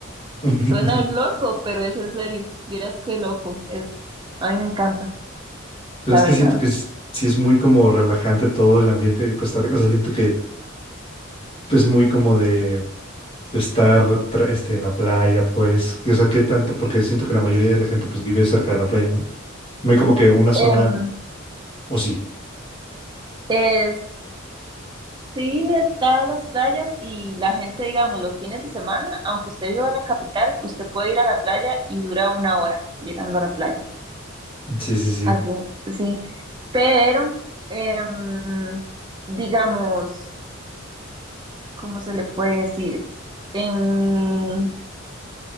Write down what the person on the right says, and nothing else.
Suena loco, pero es en serio. Vieras qué loco es. A mí me encanta,
la
verdad.
Em,
Es, sí, están las playas y la gente, digamos, los fines de semana, aunque usted viva en la capital, usted puede ir a la playa y dura una hora llegando a la playa.
Así, sí. Pero, em, digamos, ¿cómo se le puede decir? En